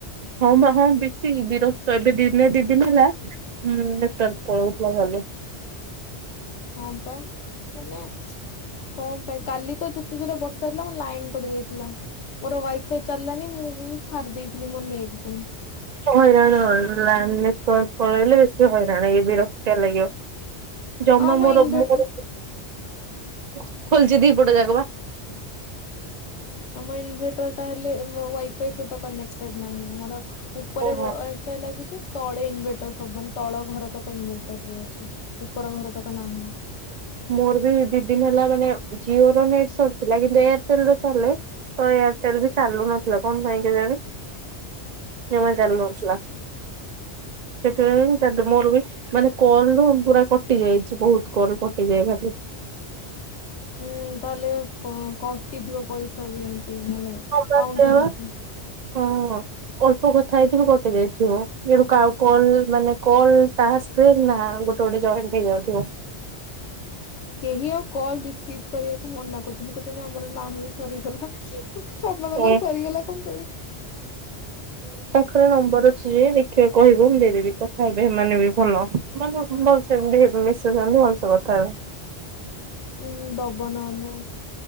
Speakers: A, on the right (about 45°); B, on the left (about 85°).
A: ହଁ ବା ହଁ ବେଶି ବିରକ୍ତ ଏବେ ଦିନେ ଦି ଦିନି ହେଲା ଉଁ ନେଟୱାର୍କ ପଳଉଥିବ ଖାଲି।
B: ହଁ ପା ମାନେ କଁ ପାଇଁ କାଲି ତ ଦେ ଏତେ ଜୋରରେ ବର୍ଷା ହେଇଥିଲା ମୋ ଲାଇନ କଟି ଯାଇଥିଲା। ମୋର ୱାଇଫାଇ ଚାଲିଲାନି ମୁଁ ମୁଁ ସାରି ଦେଇଥିଲି ମୋ ନେଟ ପୁଣି।
A: ହଇରାଣ ଲା ନେଟୱାର୍କ ପଳେଇଲେ ବେଶି ହଇରାଣି ଏ ବିରକ୍ତିଆ ଲାଗିବ। ଜମା
B: ହଁ ଆମ
A: ମୋର
B: ଇନଭେଟର
A: ମୋ ଖୋଲଚି ଦି ପଟ ଯାକ ବା।
B: ଆମ ଇନଭେଟରଟା ହେଲେ ମୋ ୱାଇଫାଇ ସହିତ କନେକ୍ଟେଡ ନାହିଁ ମୋର ଉପରେ
A: ଓହୋ।
B: ବ ୱାଇ ଫାଇ ଲାଗିଚି। ତଳେ ଇନଭେଟର ସବୁ ମାନେ ତଳ ଘର ତକ ଇନଭଟରରେ ଅଛି ଉପର ଘର ତକ ନାହିଁ।
A: ମୋର ବି ଦି ଦିନି ହେଲା ମାନେ ଜିଓର ନେଟ ସରିଥିଲା କିନ୍ତୁ ଏୟାରଟେଲର ଚାଲେ ତ ଏୟାରଟେଲ ବି ଚାଲୁ ନଥିଲା। କଣ ପାଇଁ କେଜାଣି? ଜମା ଚାଲୁନଥିଲା ସେଥିପାଇଁ କାଲି ମୋର ବି ମାନେ କଲ ଗୁରା କଟି ଯାଇଚି ବୋହୁତ କଲ କ ଏ ଯାଏ ଖାଲି
B: ଉଁ ତାହେଲେ କ କଟିଥିବ ପଇସା ବି ଏମ ଉଁ ମାନେ
A: ହଁ ପା
B: କାଉଣ୍ଟ୍
A: ସେଇଆ
B: ହେଇ
A: ବା।
B: ନଥିବ।
A: ହଁ। ଅଳ୍ପ କଥା ହେଇଥିମୁ କଟି ଯାଇଥିବ ଇଆଡ଼ୁ କାଉ କଲ୍ ମାନେ କଲ୍ ଟାସ୍କରେ ନାଁ ଗୋଟେ ଗୋଟେ ଜଏଣ୍ଟ୍ ହେଇଯାଉଥିବ।
B: କେହି ଆଉ କଲ ରିସିଭ୍ କରିବାକୁ ମନାକରୁ ତୁମେ କହୁଚ ଯେ ଆମର ନାହିଁ। ସରିଗଲା। ସମସ୍ତଙ୍କର
A: ଓ
B: ସରିଗଲା କଣ ପାଇଁ?
A: ଖରେ ନମ୍ବର୍ ଅଛି ଯେ ଦେଖିଆ କହିବୁ ମୁଁ ଦେଇଦେବି, କଥା ହେବେ ହେମାନେ ବି ଭଲ, ମାନେ ଭଲସେ ବି ମିଶୁଚନ୍ତି ଭଲସେ କଥା ହେବେ।
B: ଉଁ, ହୁଁ ଦବ ନହେଲେ।